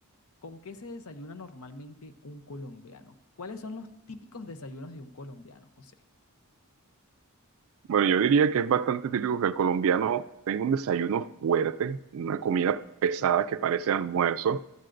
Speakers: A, on the left (about 70°); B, on the right (about 65°).
A: ¿con qué se desayuna normalmente un colombiano? ¿Cuáles son los típicos desayunos de un colombiano, José?
B: Bueno, yo diría que es bastante típico que el colombiano tenga un desayuno fuerte, una comida pesada que parece almuerzo,